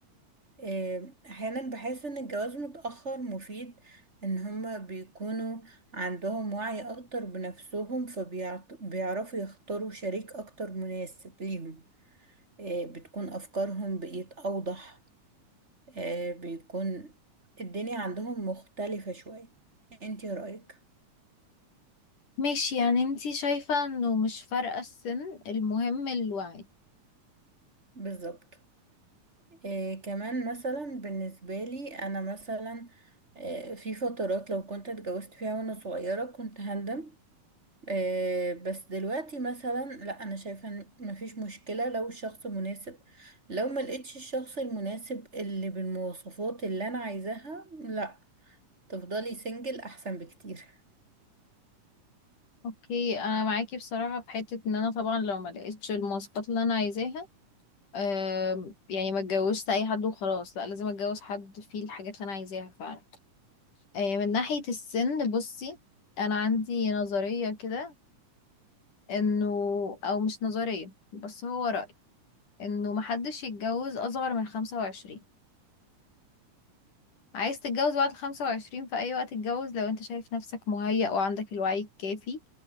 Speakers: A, on the right; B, on the left.
A: آه، احيانا بحس ان الجواز متأخر مفيد ان هما بيكونوا عندهم وعي اكتر بنفسهم فبيعرفوا يختاروا شريك اكتر مناسب ليهم آه، بتكون افكارهم بقيت اوضح آه، بيكون الدنيا عندهم مختلفة شوية انتي رأيك
B: ماشي يعني انتي شايفة انه مش فارقة السن المهم الوعي
A: بالظبط آه، كمان مثلا بالنسبة لي انا مثلا آه، في فترات لو كنت اتجوزت فيها وانا صغيرة كنت هندم آه، بس دلوقتي مثلا لا انا شايفه إن مفيش مشكله لو الشخص مناسب لو ما لقيتش الشخص المناسب اللي بالمواصفات اللي انا عايزاها لا تفضلي سنجل احسن بكتير
B: اوكي انا معاكي بصراحة في حتة ان انا طبعا لو ما لقيتش المواصفات اللي انا عايزاها آم، يعني ما اتجوزت اي حد وخلاص لا لازم اتجوز حد فيه الحاجات اللي انا عايزاها فعلا آه، من ناحية السن بصي انا عندي نظرية كده انه او مش نظرية بس هو رأي انه محدش يتجوز اصغر من 25 عايز تتجوز بعد 25 في أي وقت اتجوز لو انت شايف نفسك مهيأ وعندك الوعي الكافي